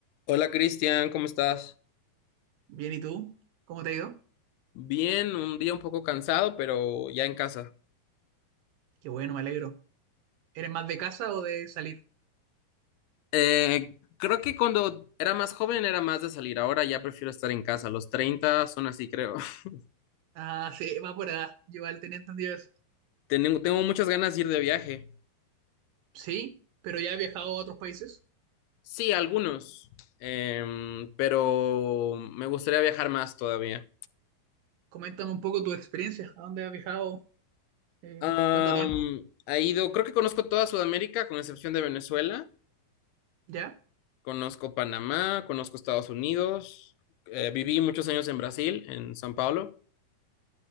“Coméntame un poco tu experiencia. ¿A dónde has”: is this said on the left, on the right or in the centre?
Right